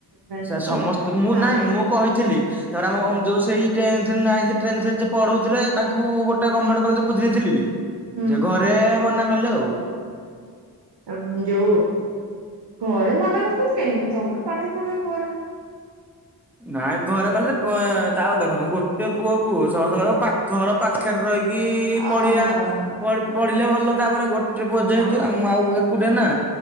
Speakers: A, on the right; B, in the centre.
A: ମ୍ୟାନେଜମେଣ୍ଟ
B: ସେ ସମସ୍ତେ
A: ଭଲ
B: ମୁଁ
A: କାଇଁ
B: ନାଇଁ ମୁଁ କହିଥିଲି। ତାପରେ ଆମ ହୋମ୍ ଯୋଉ ସେଇ ଟେନ୍ଥ ନାଇନ୍ଥ ଟେନ୍ଥ ରେ ଯିଏ ପଢଉଥିଲେ ତାଙ୍କୁ ଗୋଟେ ଗଭର୍ଣ୍ଣମେଣ୍ଟ କଲେଜ ବୁଝିଦେଇଥିଲି ବି।
A: ହୁଁ
B: ସେ ଘରେ
A: ହୁଁ
B: ମନା କଲେ ଆଉ।
A: ହୁଁ ଯୋଉ ଘରେ ମନା କରୁଛନ୍ତି କାହିଁକି ସ ତମେ ପାଠ ପଧୁଚ ଭଲ।
B: ନାଇଁ ଘରେ କହିଲେଯେ ଆଁ ତାପରେ ଦେଖନ୍ତୁ ଗୋଟେ ପୁଅ କୁ ସମସ୍ତଙ୍କ ପାଖ ଘର ପା ପାଖରେ ରହିକି
A: ଓହୋ
B: ପଢିବା। ପଢ଼
A: ହଁ
B: ପଢିଲେ ଭଲ ତାପରେ ଗୋଟେ ପୁଅ
A: ହଁ
B: ଯେହେତୁ
A: ହୁଁ।
B: ଆଉ ମୁଁ ଆଉ ଏକୁଟିଆ ନା